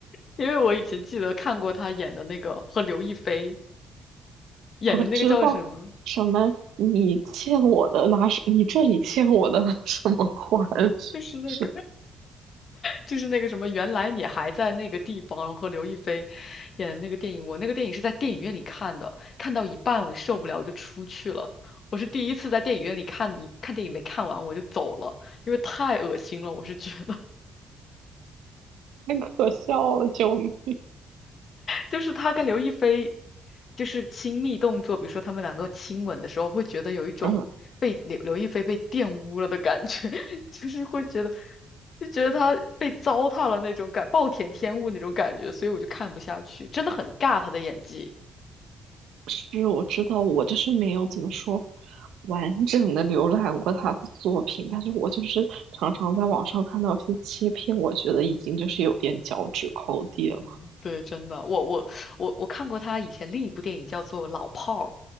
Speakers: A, on the left; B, on the right.
A: 因为我以前记得看过他演的那个和刘亦菲演的那个叫什么，
B: 我知道什么你欠我的拿什，你这里欠我的拿什么还，<laughs>
A: 就是那个
B: 是
A: 就是那个什么，原来你还在那个地方，然后和刘亦菲演的那个电影，我那个电影是在电影院里看的，看到一半我受不了，我就出去了。我是第一次在电影院里看你看电影没看完我就走了，因为太恶心了，我是觉得。
B: 太可笑了，救命！
A: 就是他跟刘亦菲就是亲密动作，比如说他们两个亲吻的时候，会觉得有一种被刘刘亦菲被玷污了的感觉，
B: <laughs> 嗯
A: <laughs> 就是会觉得就觉得他被糟蹋了那种感，暴殄天物那种感觉，所以我就看不下去，真的很尬他的演技。
B: 是，我知道，我就是没有怎么说完整的浏览过他的作品，但是我就是常常在网上看到一些切片，我觉得已经就是有点脚趾抠地了。
A: 嗯对，真的，我我我我看过他以前另一部电影叫做《老炮儿》，